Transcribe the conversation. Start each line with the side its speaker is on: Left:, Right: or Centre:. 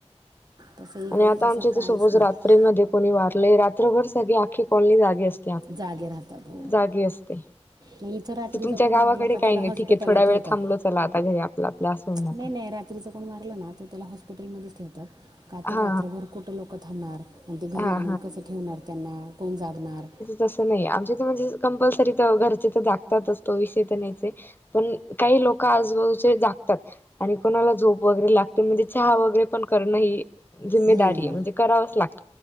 Right: तसे इकडे
Left: आणि आता
Right: तसं
Left: आमच्या
Right: काहीच
Left: इथ सपोज
Right: नाही
Left: रात्री मध्ये कोणी वारलय, रात्रभर सगळे आखी कॉलनी जागी अस
Right: जागे राहतात हो
Left: जागी असते.
Right: नाही इथं रात्रीचं
Left: तुमच्या
Right: कोण
Left: गावाकडे
Right: मारलं का
Left: काही
Right: त्याला
Left: नाही
Right: हॉस्पिटलला
Left: ठीक आहे थोडा वेळ
Right: ठेवतात
Left: थांबलो चला आता घरी आपलं आपलं असू ना आता
Right: नाही नाही रात्रीचं कोण वारलं ना तर त्याला हॉस्पिटलमध्येच ठेवतात का
Left: हा
Right: तर रात्रभर कुठं लोकं थांबणार आणि ते घरी
Left: हा हा
Right: आणून कसं ठेवणार त्यांना, कोण जागणार
Left: तस नाही आमच्या इथं म्हणजे कंपलसरी तर घरचे तर जागतातच. तो विषय तर नाहीच आहे, पण काही लोक आजूबाजूचे जागतात आणि कोणाला झोप वगैरे लाग म्हणजे चहा वगैरे पण करण ही जिम्मेदारी
Right: हम्म,
Left: आहे. म्हणजे करावच लागत.